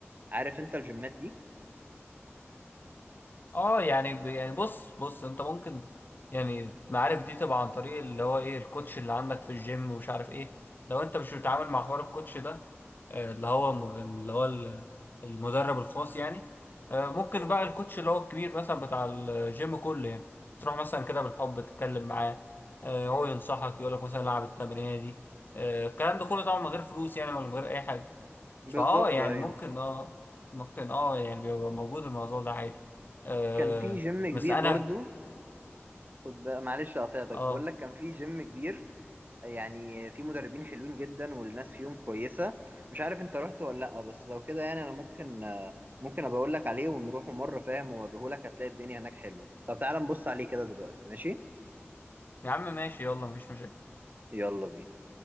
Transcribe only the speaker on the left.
اه يعني ب- يعني بص بص انت ممكن يعني المعارف دي تبقى عن طريق اللي هو ايه الكوتش اللي عندك في الجيم ومش عارف ايه لو انت مش بتتعامل مع حوار الكوتش ده آه، اللي هو م- اللي هو ال- المدرب الخاص يعني آه، ممكن بقى الكوتش اللي هو الكبير مثلا بتاع الجيم كله يعني تروح مثلا كده بالحب تتكلم معاه آه، هو ينصحك يقولك مثلا العب التمرينه دي آه، الكلام ده كله طبعا من غير فلوس يعني ولا من غير اي حاجه
فاه يعني
ممكن اه ممكن اه يعني يبقى موجود الموضوع ده عادي آه
بس
انا
اه
يا عم ماشي يلا مفيش مشاكل